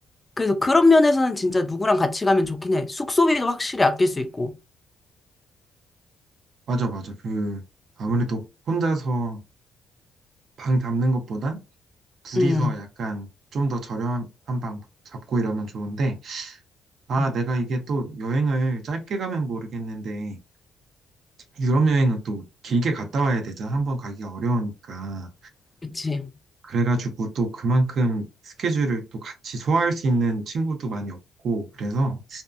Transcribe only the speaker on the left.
그래서 그런 면에서는 진짜 누구랑 같이 가면 좋긴 해. 숙소비도 확실히 아낄 수 있고.
음,
음,
그치.